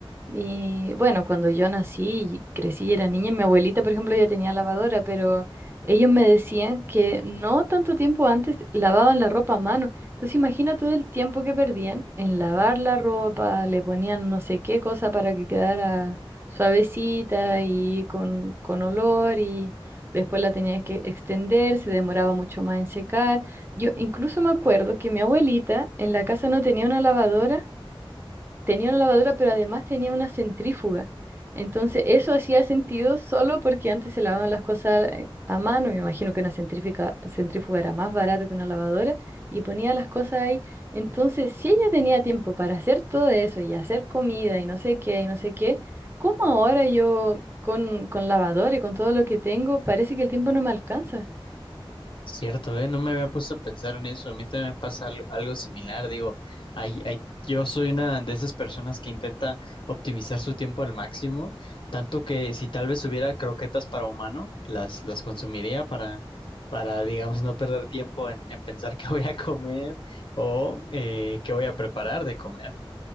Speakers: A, on the right; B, on the left.
A: Y bueno, cuando yo nací y crecí y era niña, mi abuelita, por ejemplo, ya tenía lavadora, pero ellos me decían que no tanto tiempo antes lavaban la ropa a mano. Entonces imagina todo el tiempo que perdían en lavar la ropa, le ponían no sé qué cosa para que quedara suavecita y con, con olor y después la tenías que extender, se demoraba mucho más en secar. Yo incluso me acuerdo que mi abuelita en la casa no tenía una lavadora, tenía una lavadora, pero además tenía una centrífuga. Entonces, eso hacía sentido solo porque antes se lavaban las cosas eh, a mano, me imagino que una centrífuga, centrífuga era más barata que una lavadora, y ponía las cosas ahí. Entonces, si ella tenía tiempo para hacer todo eso y hacer comida y no sé qué y no sé qué, ¿cómo ahora yo con, con lavadora y con todo lo que tengo, parece que el tiempo no me alcanza?
B: Cierto, ¿eh? No me había puesto a pensar en eso. A mí también me pasa al- algo, similar. Digo, hay, hay- yo soy una de esas personas que intenta optimizar su tiempo al máximo, tanto que si tal vez hubiera croquetas para humano, las, las consumiría para, para, digamos, no perder tiempo en, en pensar <laughs> qué voy a comer o eh, qué voy a preparar de comer.